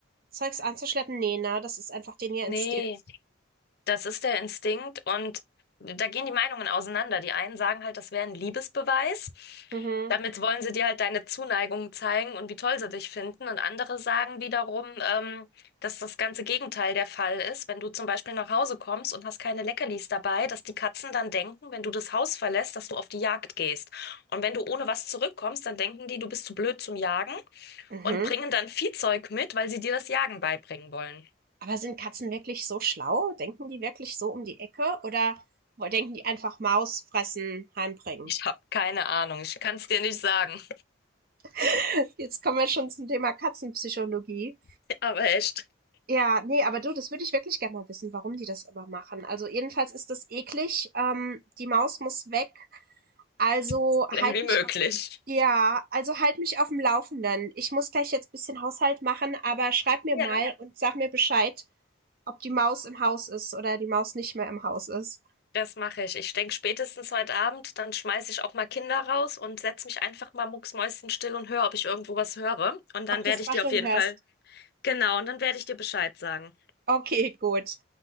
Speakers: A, on the right; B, on the left.
A: Zeugs anzuschleppen? Nee, ne? Das ist einfach denen ihr
B: Nee,
A: Instinkt.
B: das ist der Instinkt und da gehen die Meinungen auseinander. Die einen sagen halt, das wäre ein Liebesbeweis.
A: Mhm.
B: Damit wollen sie dir halt deine Zuneigung zeigen und wie toll sie dich finden. Und andere sagen wiederum, ähm, dass das ganze Gegenteil der Fall ist. Wenn du zum Beispiel nach Hause kommst und hast keine Leckerlis dabei, dass die Katzen dann denken, wenn du das Haus verlässt, dass du auf die Jagd gehst. Und wenn du ohne was zurückkommst, dann denken die, du bist zu blöd zum Jagen.
A: Mhm.
B: und bringen dann Viehzeug mit, weil sie dir das Jagen beibringen wollen.
A: Aber sind Katzen wirklich so schlau? Denken die wirklich so um die Ecke? Oder wo- denken die einfach Maus fressen, heimbringen?
B: Ich habe keine Ahnung, ich kann es dir nicht sagen,
A: <laughs> Jetzt kommen wir schon zum Thema Katzenpsychologie.
B: <laughs> aber echt
A: Ja, ne, aber du, das würde ich wirklich gerne mal wissen, warum die das immer machen. Also jedenfalls ist das eklig. Ähm, die Maus muss weg. Also
B: <laughs>
A: halt
B: schnell wie
A: mich
B: möglich.
A: auf, ja, also halt mich auf dem Laufenden. Ich muss gleich jetzt ein bisschen Haushalt machen, aber schreib mir
B: Ja,
A: mal und sag mir Bescheid, ob die Maus im Haus ist oder die Maus nicht mehr im Haus ist.
B: das mache ich. Ich denke spätestens heute Abend, dann schmeiße ich auch mal Kinder raus und setze mich einfach mal mucksmäuschenstill und höre, ob ich irgendwo was höre. Und
A: Ob
B: dann
A: du
B: werde
A: das
B: ich
A: Rascheln
B: dir auf jeden
A: hörst.
B: Fall, genau, und dann werde ich dir Bescheid sagen.
A: Okay, gut.